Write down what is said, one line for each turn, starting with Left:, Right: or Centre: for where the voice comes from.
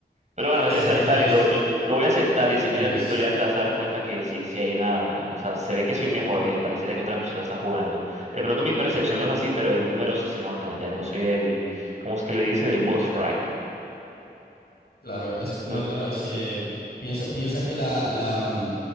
Right: Pero bueno,
Left: 60
Right: está, está
Left: FPS
Right: bien, lo, lo voy a aceptar y si
Left: pierdes.
Right: miras mi historial te vas a dar cuenta que sí, sí hay una, o sea, se ve que soy mejor, eh, pareciera que otra persona está jugando. De pronto mi percepción no es así, pero en números sí se nota, ya no soy el, ¿cómo es que le dicen? El bot frag.
Left: Claro, es que, no,
Right: Pero,
Left: claro, es que piensa, piensa que la, la, mm,